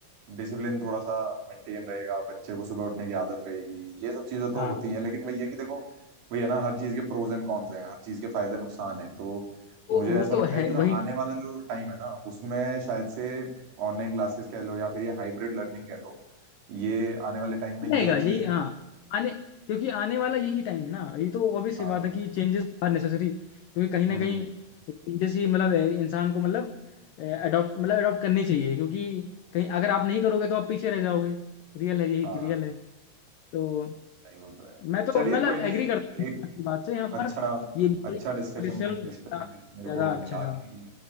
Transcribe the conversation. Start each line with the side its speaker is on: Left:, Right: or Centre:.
Right: डिसिप्लिन थोड़ा सा मेंटेन रहेगा बच्चे को सुबह उठने की आदत रहेगी ये सब चीजें तो
Left: हाँ
Right: होती हैं लेकिन वही है कि देखो वही है ना हर चीज के प्रोज एंड कॉन्स हैं हर चीज के फायदे नुकसान हैं तो मुझे
Left: तो
Right: ऐसा
Left: वो तो
Right: लगता है
Left: है
Right: कि जो
Left: वही
Right: आने वाला जो टाइम है ना उसमें शायद से ऑनलाइन क्लासेस कह लो या फिर ये हाइब्रिड लर्निंग कह लो ये आने वाले टाइम में ये
Left: रहेगा
Right: चीज
Left: यही हाँ आने क्योंकि आने वाला यही टाइम है ना ये तो ऑब्वियस
Right: हाँ
Left: सी बात है कि चेंजेस आर नेसेसरी क्योंकि कहीं ना
Right: हम्म
Left: कहीं चेंजेस ही मतलब ए, इंसान को मतलब अडॉप्ट मतलब अडॉप्ट करनी चाहिए क्योंकि कहीं अगर आप नहीं करोगे तो आप पीछे रह जाओगे रियल है यही
Right: हाँ
Left: रियल है तो
Right: नहीं वो तो है
Left: मैं तो
Right: चलिए
Left: मतलब
Right: कोई नहीं
Left: एग्री करता हूँ
Right: एक
Left: आपकी बात से यहाँ
Right: अच्छा
Left: पर ये भी
Right: अच्छा
Left: ट्रेडिशनल
Right: डिस्कशन इस पे मेरे
Left: ज़्यादा
Right: को
Left: अच्छा
Right: मिला
Left: था
Right: कि